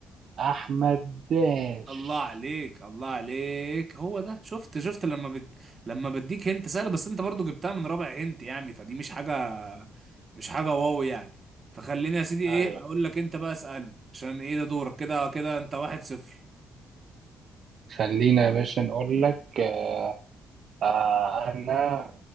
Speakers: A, on the right; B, on the right.
A: أحمد داش
B: الله عليك الله عليك هو ده شفت شفت لما بد... لما بديك هنت سهله بس انت برضو جبتها من رابع هنت يعني فدي مش حاجه مش حاجه واو يعني فخليني يا سيدي ايه
A: أيوة
B: اقول لك انت بقى اسالني عشان ايه ده دورك كده كده انت واحد صفر
A: خلينا يا باشا نقول لك آه آه أنا